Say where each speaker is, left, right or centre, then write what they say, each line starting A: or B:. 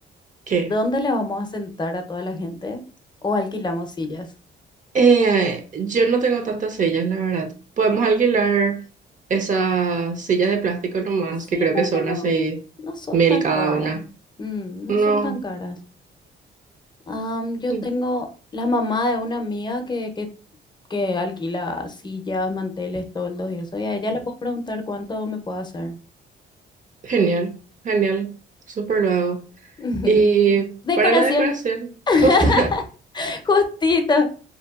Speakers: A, on the right; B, on the left.
A: ¿Qué?
B: ¿Dónde le vamos a sentar a toda la gente? ¿O alquilamos sillas?
A: Eh, yo no tengo tantas sillas, la verdad. Podemos alquilar esas sillas de plástico nomás,
B: Sí,
A: que creo
B: porque
A: que son
B: no,
A: así
B: no son
A: mil
B: tan
A: cada
B: caras.
A: una.
B: Mm, no
A: No.
B: son tan caras. Am, yo
A: mm,
B: tengo la mamá de una amiga que, que, que alquila sillas, manteles, toldos y eso. Y a ella le puedo preguntar cuánto me puede hacer.
A: Genial, genial. Súper lo hago.
B: <laughs>
A: Y
B: Decoración.
A: para la decoración,
B: <laughs>
A: <laughs> justo.
B: Justito.